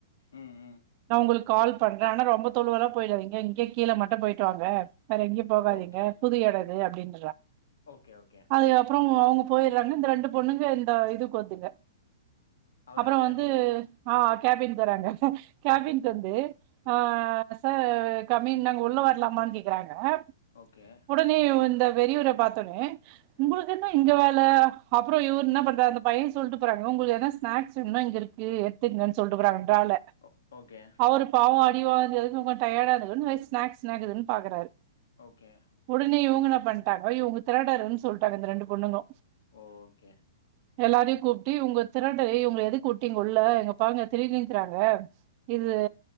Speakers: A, on the left; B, on the right.
A: ம் ம்
B: நா ஒங்குளுக்கு கால் பண்றே ஆனா ரொம்ப தொலவெல்லா போயிடாதீங்க இங்கே கீழ மட்டு போயிட்டு வாங்க வேற எங்யு போகாதீங்க
A: ஓகே
B: புது எடோ இது அப்டின்
A: ஓகே ஓக்
B: அதுக் அப் அவ் அவுங்க போயிறாங்க இந்த ரெண்டு பொண்ணுங்க அ இதுக்கு வந்துங்க
A: அவரோட
B: அப்புற
A: கேபின்க்கு
B: வந்து அ கேபின் சொறாங்க கேபின்டவந்து
A: ம்
B: அ அ சார் கம்மிங் நாங்க உள்ள வரலாமான்னு கேக்குறாங்க த
A: ஓகே
B: உடனே இந்த பெரியவற பாத்தோனே ம்ப இத தா இங்க வேல அப்புரோ இவர் என்ன பண்றாரு இந்த பயன் சொல்ட்டு போறாங்க ஒங்களுக்கு எதாவது ஸ்னாக்ஸ் வேணுனா இங்க இருக்கு எத்துக்குங்க னு சொல்ட்டு போறாங்க டால
A: ஓ ஓகே
B: அவரு பாவோ <unintelligible> டியடா இருக்குன்னு எ ஸ்னாக்ஸ் ஸ்னாக்குதுனு பாக்குறாரு
A: ஓகே
B: உடனே இவங்க என்ன பண்ட்டாங்க இவங்க திரடரந்து சொல்ட்டாங்க இந்த ரெண்டு பொண்ணுங்க
A: ஓகே
B: எல்லாரையு கூப்ட்டு இவுங்க திரடலயே இவங்க எதுகு கூப் டிங்க உள்ள இங்க பாருங்க திரு றாங்க
A: ஓகே
B: இது